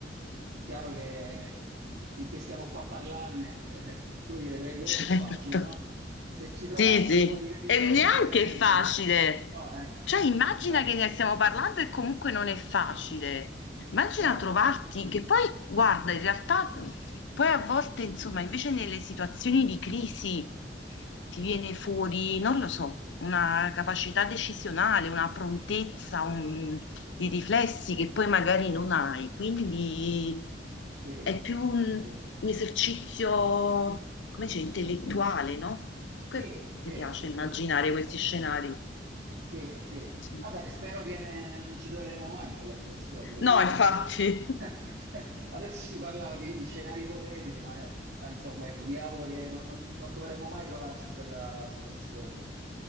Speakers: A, on the right; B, on the left.
A: È chiaro che finché stiamo qua a parlarne, eh, come dire, tra virgolette
B: Certo.
A: è facile, no? Se ci trovassimo
B: Sì, sì.
A: poi di, di
B: E
A: fronte
B: neanche
A: veramente...
B: è facile.
A: No, è anche...
B: Cioè, immagina
A: <laughs> no.
B: che ne stiamo parlando e comunque non è facile. Immagina
A: No,
B: trovarti, che poi, guarda, in realtà, poi a volte, insomma, invece nelle situazioni di crisi ti viene fuori, non lo so, una capacità decisionale, una prontezza, un- di riflessi che poi magari non hai. Quindi...
A: sì,
B: È più un,
A: sì,
B: un esercizio, come dice, intellettuale, no? Comunque
A: sì, sì,
B: mi piace
A: sì,
B: immaginare questi scenari.
A: sì, sì.
B: Sì.
A: Vabbè, spero che non ci troveremo mai in quella situazione, voglio
B: No,
A: dire,
B: infatti,
A: adesso,
B: <laughs>
A: <laughs> adesso si parlava di, di scenari ipotetici, ma eh, eh, insomma, ecco, mi auguro che non, non- non dovremmo mai trovarci in quella situazione.